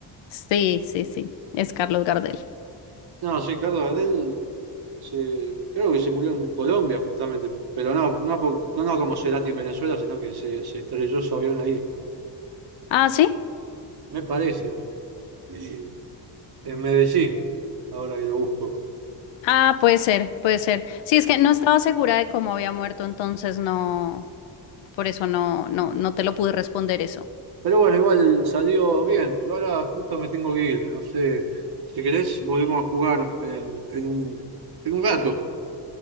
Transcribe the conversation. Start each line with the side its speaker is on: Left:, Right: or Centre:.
Left: Sí, sí, sí. Es Carlos Gardel.
Right: No, sí, Carlos Gardel se- creo que se murió en Colombia justamente, pero no, no, por- no, no como Cerati en Venezuela, sino que se, se estrelló su avión ahí,
Left: Ah, sí.
Right: me parece, Medellín. y en Medellín, ahora que lo busco.
Left: Ah, puede ser, puede ser. Sí, es que no estaba segura de cómo había muerto, entonces no, por eso no, no, no te lo pude responder eso.
Right: Pero bueno, igual salió bien. Yo ahora justo me tengo que ir, no sé, si querés volvemos a jugar en, en un, en un rato.